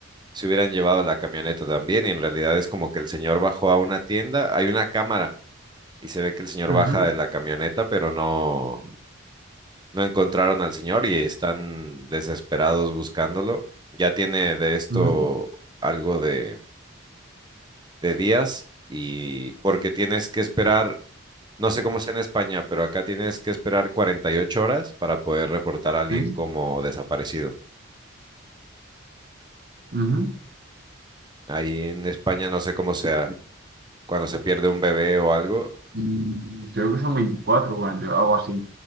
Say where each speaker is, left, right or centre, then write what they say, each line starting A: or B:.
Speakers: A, on the right (about 20°); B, on the right (about 50°).
A: se hubieran llevado la camioneta también. Y en realidad es como que el señor bajó a una tienda, hay una cámara y se ve que el señor
B: Ujú,
A: baja de la camioneta, pero no, no encontraron al señor y están desesperados buscándolo. Ya tiene de esto
B: ujú,
A: algo de de días y porque tienes que esperar, no sé cómo es en España, pero acá tienes que esperar 48 horas para poder reportar a alguien
B: Sí,
A: como desaparecido.
B: ujú.
A: Ahí en España no sé cómo sea, cuando se pierde un bebé o algo.
B: Mm, Creo que son 24 o algo así.